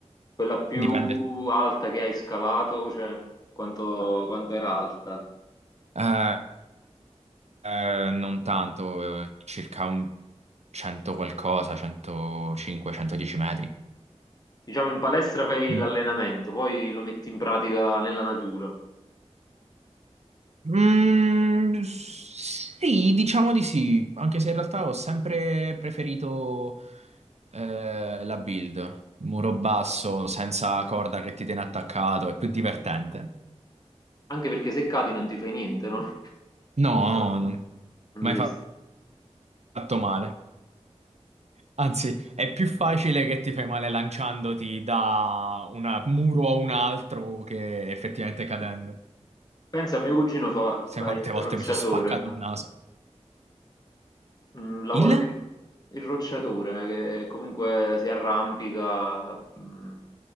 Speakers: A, on the left; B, on the right.
A: Quella più
B: dipende.
A: alta che hai scalato, cioè quanto, quanto era alta?
B: Eh, Eh, non tanto, eh, circa un 100 qualcosa, 105, 110 metri.
A: Diciamo in palestra fai
B: Mm.
A: l'allenamento, poi lo metti in pratica nella natura.
B: Mm, sì, diciamo di sì, anche se in realtà ho sempre preferito eh, la build, muro basso, senza corda che ti tiene attaccato, è più divertente.
A: Anche perché se cadi non ti fai niente, no? <laughs>
B: No,
A: Comunque,
B: no, non-
A: non
B: mai
A: dovresti.
B: fa- fatto male. Anzi, è più facile che ti fai male lanciandoti da un muro a un altro che effettivamente cadendo.
A: Pensa, mio cugino fa,
B: Sai
A: fa
B: quante
A: il rocciatore,
B: volte mi sono spaccato il naso.
A: Mm, lavoro
B: Il?
A: di il rocciatore, che comunque si arrampica. mm.